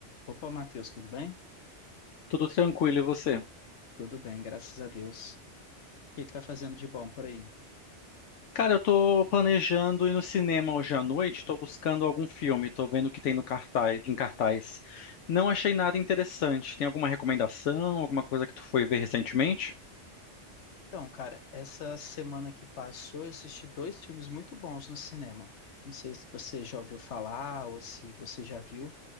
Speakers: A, on the left; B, on the left.
A: Opa, Matheus, tudo bem?
B: Tudo tranquilo, e você?
A: Tudo bem, graças a Deus. O que que tá fazendo de bom por aí?
B: Cara, eu tô planejando ir no cinema hoje à noite, tô buscando algum filme, tô vendo o que tem no cartaz, em cartaz. Não achei nada interessante. Tem alguma recomendação, alguma coisa que tu foi ver recentemente?
A: Então, cara, essa semana que passou, eu assisti dois filmes muito bons no cinema. Não sei se você já ouviu falar ou se você já viu,